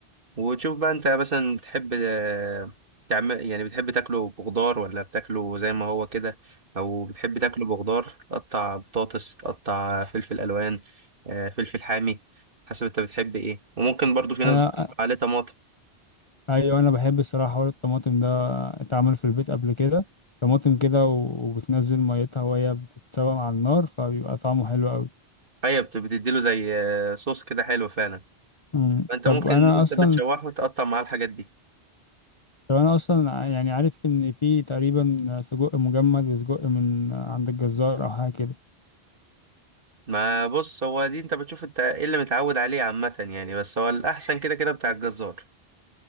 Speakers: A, on the right; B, on the left.
A: وتشوف بقى انت مثلا بتحب آه، تعمل يعني بتحب تاكله بخضار ولا بتاكله زي ما هو كده او بتحب تاكله بخضار تقطع بطاطس تقطع فلفل الوان آه، فلفل حامي حسب انت بتحب ايه وممكن برضو في ناس
B: انا
A: عليه طماطم
B: ايوه انا بحب الصراحه حوار الطماطم ده اتعمل في البيت قبل كده طماطم كده و- وبتنزل ميتها وهي بتتسوى على النار فبيبقى طعمه حلو قوي
A: ايوه بت- بتديله زي آه، صوص كده حلو فعلا
B: مم.
A: فانت
B: طب
A: ممكن
B: انا
A: انت
B: اصلا
A: بتشوحه تقطع معاه الحاجات دي
B: طب انا اصلا ع- يعني عارف ان في تقريبا سجق مجمد وسجق من عند الجزار او حاجه كده
A: ما بص هو دي انت بتشوف انت ايه اللي متعود عليه عامة يعني بس هو الاحسن كده كده بتاع الجزار